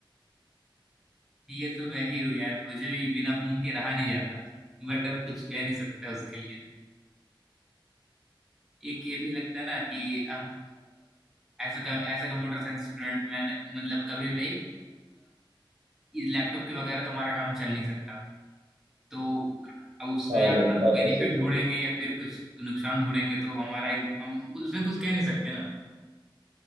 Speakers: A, in the centre; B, on the right.
A: ये तो मैं ही हूँ यार मुझे भी बिना फोन के रहा नहीं जाता बट अब कुछ कह नहीं सकता उसके लिए एक ये भी लगता है ना कि हम एज अ as a computer science student मैंने मतलब कभी भी लैपटॉप के वगैरह तो हमारा काम चल नहीं सकता तो अब उसमें
B: हाँ
A: आप
B: वही बात
A: बेनिफिट
B: तो सही
A: ढूंढेंगे
B: है
A: या फिर कुछ नुकसान ढूंढेंगे तो हमारा ही हम उसमें कुछ कह नहीं सकते ना